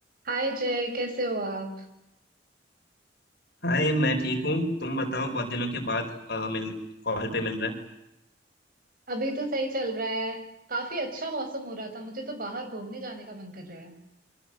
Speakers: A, on the right (about 50°); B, on the left (about 60°).
A: हाय जय कैसे हो आप
B: हाय मैं ठीक हूँ तुम बताओ बहुत दिनों के बाद अ, मिल कॉल पे मिल रहे हैं
A: अभी तो सही चल रहा है काफी अच्छा मौसम हो रहा था मुझे तो बाहर घूमने जाने का मन कर रहा है